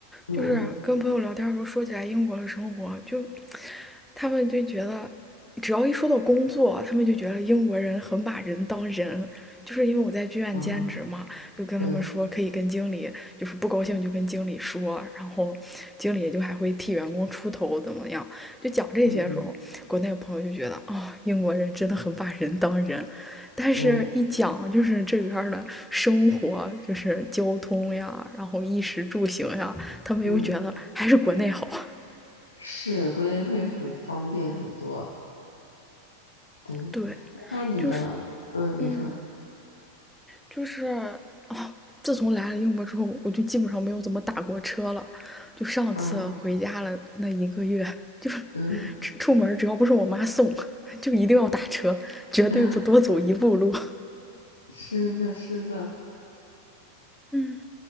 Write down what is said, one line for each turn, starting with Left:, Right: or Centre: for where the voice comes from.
Left: 嗯
Centre: 就是跟朋友聊天的时候说起来英国的生活，就他们就觉得，只要一说到工作，他们就觉得英国人很把人当人。就是因为我在剧院兼职嘛，
Left: 嗯嗯，
Centre: 就跟他们说可以跟经理，
Left: 嗯对，
Centre: 就是不高兴就跟经理说，然后经理就还会替员工出头怎么样。就讲这些的时候，
Left: 嗯嗯
Centre: 国内的朋友就觉得哦，英国人真的很把人当人，但是一讲就是这边的生活，
Left: 对，
Centre: 就是交通呀，然后衣食住行呀，他们又觉得还是国内好。
Left: 嗯，是，估计会很方便很多。对，
Centre: 对，
Left: 哎，那你的，
Centre: 就是，
Left: 嗯，你说，
Centre: 嗯，就是，哦，自从来了英国之后，我就基本上没有怎么打过车了。就上次回家了那一个月，
Left: 嗯
Centre: 就是
Left: 嗯，
Centre: 出门只要不是我妈送，<laughs> 就一定要打车，绝对不多走一步路。
Left: <laughs> 是的，是的，
Centre: 嗯，